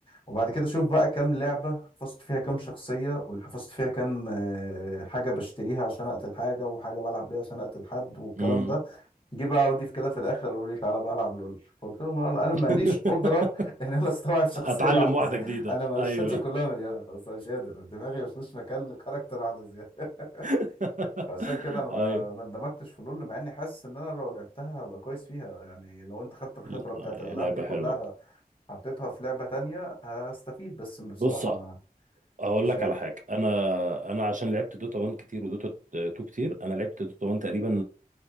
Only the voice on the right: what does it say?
امم
<laughs>
اتعلم
واحدة
جديدة
ايوه
<laughs>
ايوه
لا
لا،
لعبة
حلوة
بص
اقول
لك
على حاجه انا انا عشان لعبت دوتا 1 كتير ودوتا 2 كتير انا لعبت دوتا 1 تقريبا